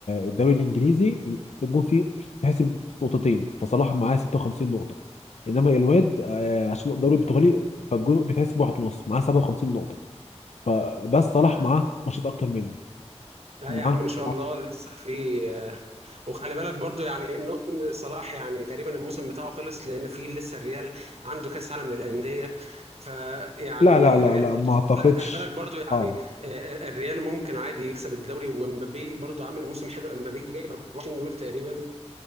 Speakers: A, on the left (about 75°); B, on the right (about 65°).
A: الدوري الانجليزي الجون فيه بتحسب نقطتين فصلاح معاه 56 نقطة انما الواد آه، عشان الدوري البرتغالي فالجون بتحسب واحد ونص معاه 57 نقطة فبس صلاح
B: انا
A: معاه ماتشات اكتر منه
B: لا
A: معاه
B: يا عم ان شاء
A: ماتش
B: الله لسه في آه، وخلي بالك برضو يعني إنه- صلاح يعني تقريبا الموسم بتاعه خلص لان في لسه الريال عنده كاس عالم للانديه فيعني
A: لا لا لا
B: الريال
A: لا
B: برضو
A: ما اعتقدش
B: لا خلي بالك برضو يعني
A: صعب
B: آه، آه، الريال ممكن عادي يكسب الدوري ومبابي برضو عامل موسم حلو مبابي جايب 24 جول تقريبا